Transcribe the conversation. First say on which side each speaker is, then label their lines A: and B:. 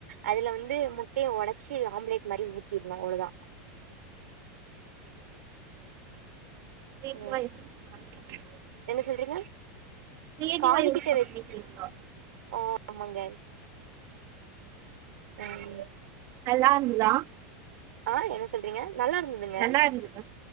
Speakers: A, on the right; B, on the right.
A: அதுல வந்து முட்டைய ஒடச்சி ஆம்லேட் மாரி ஊத்தீறனு அவ்ளதா
B: இது
A: ம்
B: மாரி யோசிச்சி சமைக்க முடியு
A: என்ன சொல்றீங்க
B: கிரியேட்டிவா
A: காது
B: யோசிச்சு
A: கிட்ட வச்
B: சமைக்கிறீங்களா
A: ஆ ஆமாங்க ம்
B: நல்லா இருந்ததா
A: ஆ என்ன சொல்றீங்க நல்லா இருந்ததுங்க
B: நல்லா இருந்தது